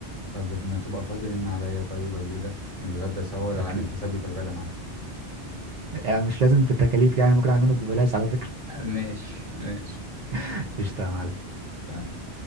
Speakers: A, on the right; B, on the right.
A: طب ما تبقى فاضي رن عليا طيب اجيلك نتغدى سوا لو
B: اكيد
A: عامل حسابي في الغدا معايا
B: يعني مش لازم بالتكاليف يعني ممكن اعلمك ببلاش على فكره
A: ماشي ماشي
B: <laughs> قشطه يا معلم
A: تمام.